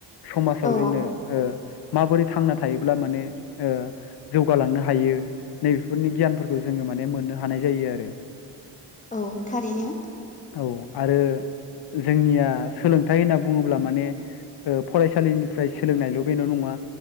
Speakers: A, on the left (about 60°); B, on the left (about 15°).
A: समाजाव
B: औ
A: जोंनो माबोरै थांना थायोब्ला माने ओ जौगालांनो हायो नैबेफोरनि गियानफोरखौ जोङो माने मोननो हानाय जायो आरो।
B: औ थारैनो
A: औ आरो जोंनिया सोलोंथाइ होनना बुङोब्ला माने ओ फरायसालिनिफ्राय सोलोंनायल' बेल' नङा